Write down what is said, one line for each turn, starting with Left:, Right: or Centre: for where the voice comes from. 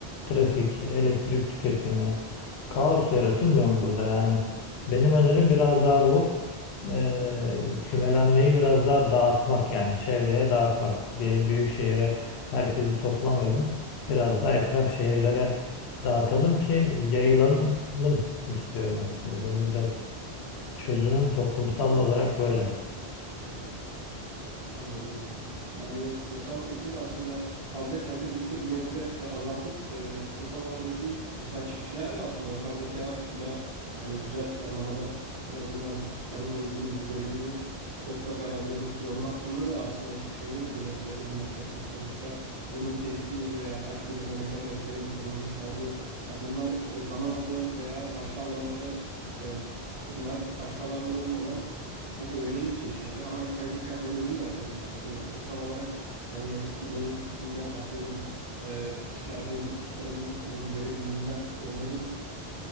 Left: Trafik, elektrik tüketimi, kaos yaratılmıyor mu burada? Yani benim önerim biraz daha bu. Eee, kümelenmeyi biraz daha dağıtmak yani çevreye dağıtmak. Diyelim büyük şehire herkesi toplamayalım. Biraz daha etraf şehirlere dağıtalım ki yayılalım istiyorum aslında. Benim biraz çözümüm toplumsal olarak böyle.
Right: Anladım. Yani kırsal kesimi de aslında fazla kente göçü de bir nebze e, azaltıp e, kırsal alandaki mesela çiftçiler de aslında yapay zeka ile hani güzel planlamalar en azından tarımla ilgili verimli toprak arazilerinin kullanımı hakkında da aslında çiftçilerin de bir nebze önünü açabilir. Sonuçta bunun testi veya kaç dönüme ne kadar ekerim onun hesabı ya bunlar e, zaman alan veya başka alanlara e, onlar başka alanlar olmadan çok öğrenemeyeceği şeyler ama yapay zeka bunun önünü de açabilir aslında. Kırsal olarak hani ineğin sütünden atıyorum e, çıkardığımız t- tarımın onun verimliliğinden onların